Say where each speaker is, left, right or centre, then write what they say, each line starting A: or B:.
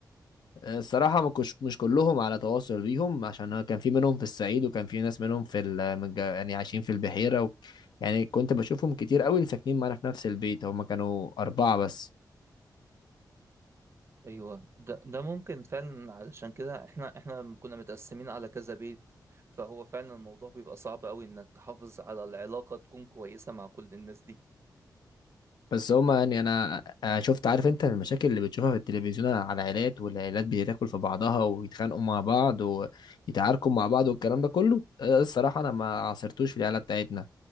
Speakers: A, on the left; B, on the right.
A: آه، الصراحه ما كنتش مش كلهم على تواصل بيهم عشان أنا كان في منهم في الصعيد وكان في ناس منهم في ال- من الج- يعني عايشين في البحيره و... يعني كنت بشوفهم كتير قوي اللي ساكنين معانا في نفس البيت هما كانوا اربعه بس
B: أيوة ده ده ممكن فعلا علشان كده احنا احنا لما كنا متقسمين على كذا بيت فهو فعلا الموضوع بيبقى صعب قوي إنك تحافظ على العلاقة تكون كويسة مع كل الناس دي
A: بس هما يعني انا أنا شفت عارف انت المشاكل اللي بتشوفها في التلفزيون على العائلات والعائلات بتاكل في بعضها ويتخانقوا مع بعض ويتعاركوا مع بعض والكلام ده كله ده الصراحه انا ما عاصرتوش في العائله بتاعتنا